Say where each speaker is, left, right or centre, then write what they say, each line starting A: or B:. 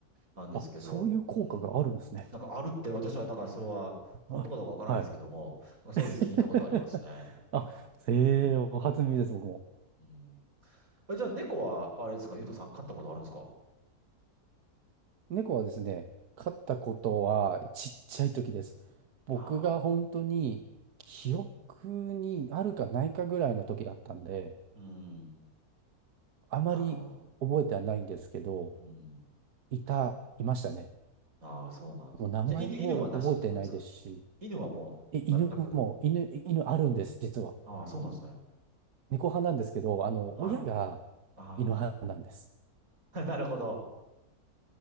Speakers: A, on the right; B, on the right.
A: なんですけど、
B: あ、そういう効果があるんですね。
A: うん。なんかあるって私はなんかそれは本当かどうかわからないですけども、
B: あ、はい。
A: なんかそういうふうに聞いたことありますね。
B: <laughs> あ、へえ、
A: うん。
B: お初耳です、僕も。
A: うん。え、じゃあ猫はあれですか、ゆうとさん飼ったことあるんですか
B: 猫はですね、飼ったことはちっちゃい時です。僕が本当に記憶にあるかないかぐらいの時だったんで、
A: ああー。うん。
B: あまり覚えてはないんですけど、
A: なるほど。うん。
B: いた、いましたね。
A: ああ、そうなんです。
B: もう名前も覚えてないですし、
A: じゃあ、犬、犬はなしってことですか犬はもう全く。
B: え、犬も、犬、犬あるんです、実は。
A: ああ、そうなんですね。
B: 猫派なんですけど、あの、
A: はい。
B: 親が
A: あ
B: 犬派なんです。
A: あ、<laughs> なるほど。